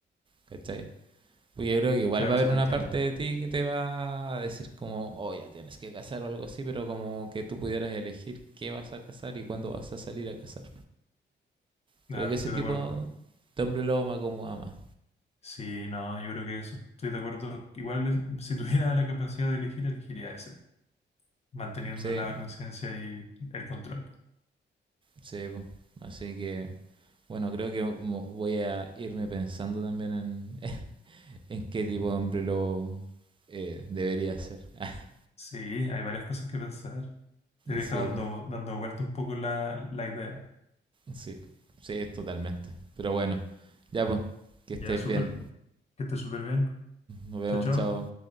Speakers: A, on the right (about 25°); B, on the left (about 35°).
A: ¿cachai? Pues yo creo que igual
B: Claro,
A: va a
B: sí
A: haber
B: te
A: una
B: entiendo.
A: parte de ti que te va a decir como, oh, ya tienes que casar o algo así, pero como que tú pudieras elegir qué vas a casar y cuándo vas a salir a casar. Creo
B: Claro,
A: que
B: estoy
A: ese tipo
B: de acuerdo.
A: de hombre lobo me acomoda más.
B: Sí, no, yo creo que eso estoy de acuerdo. Igual es- si tuviera la capacidad de elegir, elegiría ese, manteniendo
A: Sí,
B: la conciencia y el control.
A: sí. po. Así que, bueno, creo que mo- voy a irme pensando también en, <laughs> en qué tipo de hombre lobo eh, debería ser. <laughs>
B: Sí, hay varias cosas que pensar. Te deja
A: Sí,
B: dando,
A: po,
B: dando vuelta un poco la, la idea.
A: sí, sí, totalmente. Pero bueno, ya pues, que
B: Ya,
A: estés
B: súper.
A: bien.
B: Que estés súper bien.
A: Nos vemos,
B: Chao, chao.
A: chao.